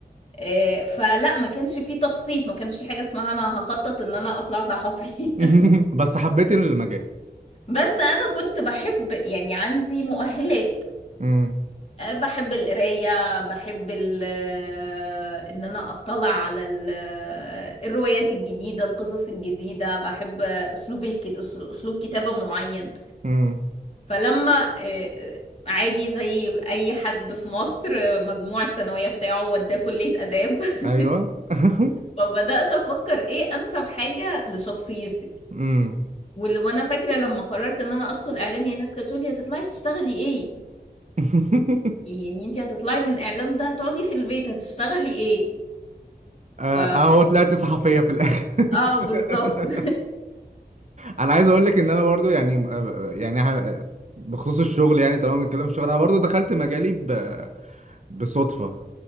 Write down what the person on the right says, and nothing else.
<laughs>
بس حبيت المجال
امم
امم
ايوه <laughs>
امم
<laughs>
آه،
اهو طلعت صحفية في الاخر
<laughs>
انا عايز اقول لك ان انا برضو يعني آه، يعني ه- بخصوص الشغل يعني طالما بنتكلم في الشغل انا برضو دخلت مجالي ب... بصدفة